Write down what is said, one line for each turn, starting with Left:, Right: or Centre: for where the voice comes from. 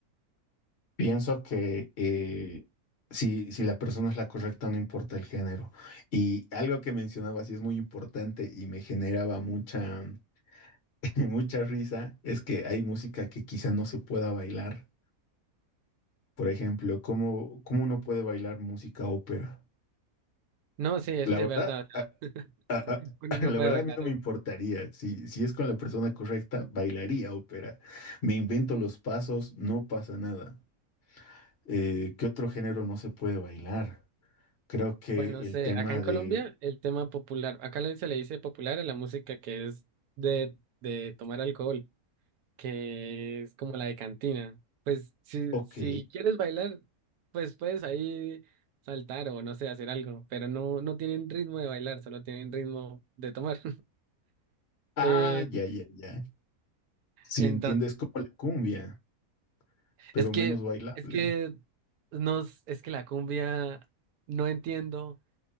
Left: Pienso que eh, si, si la persona es la correcta, no importa el género. Y algo que mencionabas y es muy importante y me generaba mucha, <laughs> mucha risa, es que hay música que quizá no se pueda bailar. Por ejemplo, ¿cómo, cómo uno puede bailar música ópera?
Right: No, sí, eso
Left: La
Right: sí
Left: verdad,
Right: es verdad.
Left: a-
Right: o sea,
Left: a-
Right: <laughs> uno
Left: a-
Right: no
Left: <laughs> la
Right: puede
Left: verdad
Right: bailar
Left: a mí no
Right: eso.
Left: me importaría. Si, si es con la persona correcta, bailaría ópera. Me invento los pasos, no pasa nada. Eh, ¿qué otro género no se puede bailar? Creo que
Right: Bueno,
Left: el
Right: no sé,
Left: tema
Right: acá en
Left: de,
Right: Colombia el tema popular, acá le- se le dice popular a la música que es de, de tomar alcohol, que es como la de cantina. Pues si,
Left: ok,
Right: si quieres bailar, pues puedes ahí saltar o no sé, hacer algo, pero no, no tienen ritmo de bailar, solo tienen ritmo de tomar.
Left: ah,
Right: Eh,
Left: ya, ya, ya. Si
Right: entonces,
Left: entiendes como la cumbia, pero
Right: es que,
Left: menos bailable.
Right: es que nos, es que la cumbia, no entiendo,